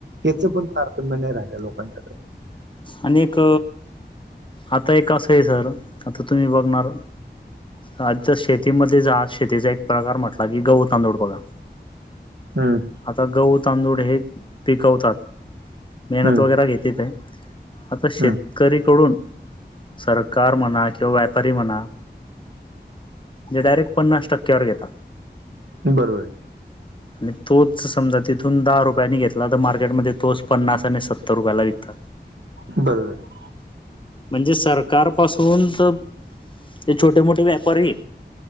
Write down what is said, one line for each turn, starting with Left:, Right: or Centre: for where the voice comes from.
Right: याचं पण तारतम्य नाही राहिलं लोकांच्याकडे.
Left: आणि एक आता एक असं आहे सर आता तुम्ही बघणार आजचा शेतीमध्ये जा शेतीचा एक प्रकार म्हटला की गहू तांदूळ बघा हं
Right: हम्म.
Left: आता गह तांदूळ हे पिकवतात मेहनत
Right: हम्म
Left: वगैरे घेतत आहे. आता शेतकरीकडून
Right: हम्म
Left: सरकार म्हणा किंवा व्यापारी म्हणा जे डायरेक्ट पन्नास टक्क्यावर घेता.
Right: बरोबर आहे.
Left: आणि तोच समजा तिथून दहा रुपयानी घेतला तर मार्केटमध्ये तोच पन्नास आणि सत्तर रुपयाला विकतात.
Right: बरोबर आहे.
Left: म्हणजे सरकारपासून तर ते छोटे मोठे व्यापारी हे.